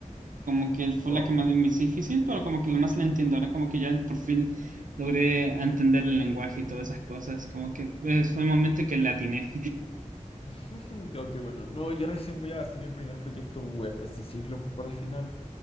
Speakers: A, on the right; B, on the left.
A: Como que fue
B: Oh,
A: la que más me hizo difícil, pero como que la más la entiendo. Ahora como que ya por fin logré entender el lenguaje y todas esas cosas. Como que pues, fue el momento que le atiné.
B: <laughs> ok, bueno, no, yo recién voy a hacer mi primer proyecto web este ciclo por el final.